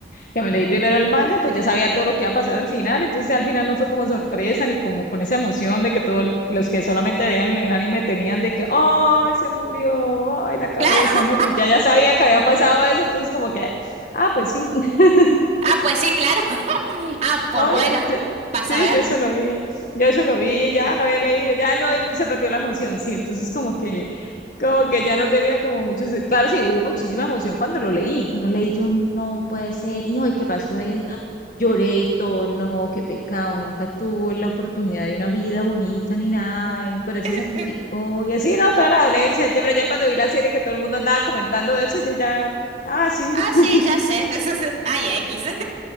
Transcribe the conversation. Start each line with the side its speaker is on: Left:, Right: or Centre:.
Left: que me leí primero el manga, pues ya sabía todo lo que iba a pasar al final, entonces al final no fue como sorpresa ni como con esa emoción de que todos los que solamente veían el anime tenían de que, ¡ay, se murió! ¡ay, la cabeza!
Right: claro.
Left: ¿no? Pues ya, ya sabía que había pasado
Right: <laughs>
Left: eso, entonces como que, ah, pues sí, <laughs>
Right: Ah, pues sí, claro. <laughs> Ah, pues
Left: ay,
Right: bueno,
Left: yo- yo-
Right: pasa
Left: sí,
Right: a ver.
Left: yo eso lo vi, yo eso lo vi, ya lo había leído, ya no, no se perdió la emoción, sí, entonces como que, como que ya no tenía como muchos, claro, sí, hubo muchísima emoción cuando lo leí, cuando leí yo, no puede ser, hijo, ¿y qué pasó lloré y todo, no, qué pecado, nunca tuvo la oportunidad de una vida bonita ni nada, y por él
Right: <laughs>
Left: se sacrificó, y así, no, toda la dolencia, ya, pero ya cuando vi la serie que todo el mundo andaba comentando de eso, yo ya, ah, sí, <laughs>
Right: Ah, sí, ya sé. <laughs> Ay, X,